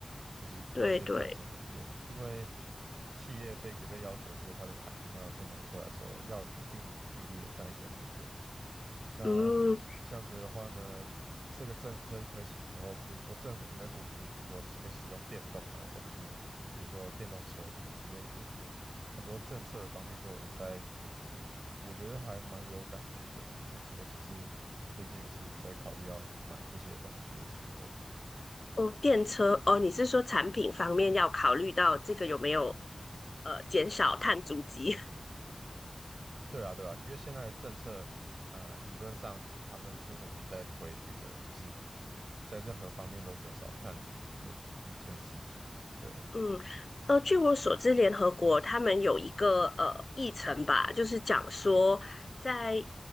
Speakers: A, on the right; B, on the left.
A: 就是多一些再生能源，
B: 嗯。
A: 因为。企业被也被要求说，它的产品要生产出来的时候要一定比例的再生能源。那这样子的话呢，
B: 嗯
A: 这个政策一推行之后，比如说政府就会补助说，诶，使用电动啊，或者是比如说电动车什么之类的，很多政策方面就有在补助。我觉得还蛮有感觉的啦，就是尤其是最近也是在考虑要买这些东西的时候，
B: 哦，电车哦，你是说产品方面要考虑到这个有没有呃减少碳足迹？
A: 对啊，对啊，因为现在的政策。呃，理论上他们是努力在推这个，就是在任何方面都减少碳足迹的一一件事情。对，
B: <laughs> 嗯，呃，据我所知，联合国他们有一个呃议程吧，就是讲说在